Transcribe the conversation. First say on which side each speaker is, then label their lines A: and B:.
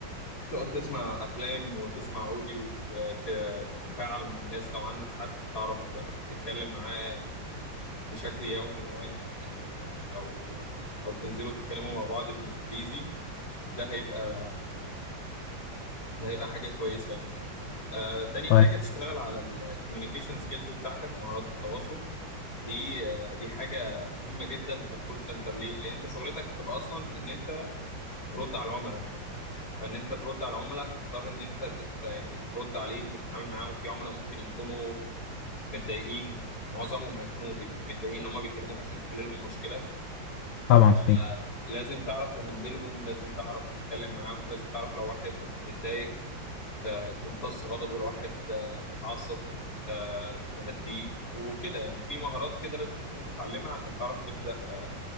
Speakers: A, on the left; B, on the left.
A: تقعد تسمع افلام وتسمع اوديوز وتتفاعل مع الناس لو عندك حد تعرف تتكلم معاه بشكل يومي يعني او او او تنزلوا تتكلموا مع بعض بالانجليزي ده هيبقى ده هيبقى حاجة كويسة يعني آه، تاني
B: طيب
A: حاجة تشتغل على الكوميونيكيشن سكيلز بتاعتك مهارات التواصل دي آه، دي حاجة مهمة جدا في الكول سنتر ليه؟ لأن أنت شغلتك هتبقى أصلا إن أنت ترد على العملاء فان انت ترد على العملاء هتضطر ان انت تت يعني ترد عليهم وتتعامل معاهم في عملاء ممكن يكونوا متضايقين معظمهم هيكونوا بي- متضايقين لما بيكلموك عشان تحل لهم مشكله فلازم
B: طبعا صحيح
A: تعرف تهندلهم لازم تعرف تتكلم معاهم لازم تعرف لو واحد متضايق ت- تمتص غضبه لو واحد آه، متعصب تم- ت- تهديه وكده يعني في مهارات كده لازم تكون متعلمها عشان تعرف تبدأ آه،